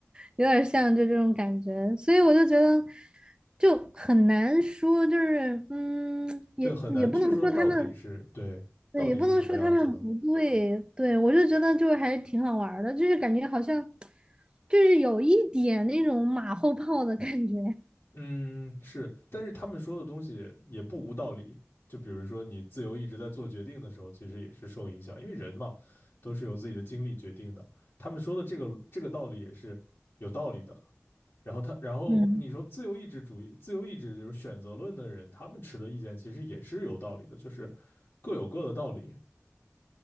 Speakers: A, on the right; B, on the left.
A: 有点像就这种感觉，所以我就觉得就很难说，就是嗯，也也不能说他们，
B: 对，很难去说到底是对，
A: 对，
B: 到底是什么样子的，
A: 也不能说他们不对，对，我就觉得就还挺好玩儿的，就是感觉好像就是有一点那种马后炮的感觉，
B: 嗯，是，但是他们说的东西也不无道理。就比如说，你自由意志在做决定的时候，其实也是受影响，因为人嘛，都是由自己的经历决定的。他们说的这个这个道理也是有道理的。然后他，然后你说自由意志主义、
A: 嗯。
B: 自由意志就是选择论的人，他们持的意见其实也是有道理的，就是各有各的道理。